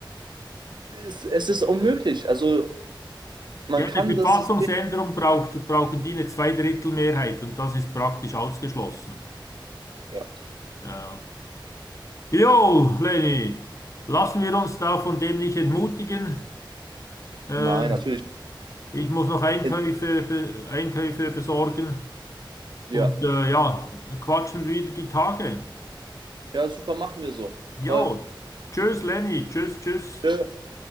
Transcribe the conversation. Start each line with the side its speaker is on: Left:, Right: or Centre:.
Right: Es, es ist unmöglich. Also man
Left: Ja,
Right: kann
Left: eine Verfassungsänderung
Right: das System.
Left: braucht, brauchen die eine Zweidrittelmehrheit und das ist praktisch ausgeschlossen.
Right: Ja.
Left: Ja. Jo, Lenny, lassen wir uns da von dem nicht entmutigen. Äh,
Right: Nein, natürlich.
Left: ich muss noch Einkäufe,
Right: In-
Left: Einkäufe besorgen.
Right: Ja,
Left: Und äh, ja, quatschen wieder die Tage.
Right: ja, super, machen wir so. Toll.
Left: Jo, tschüss Lenny, tschüss, tschüss.
Right: Tschö.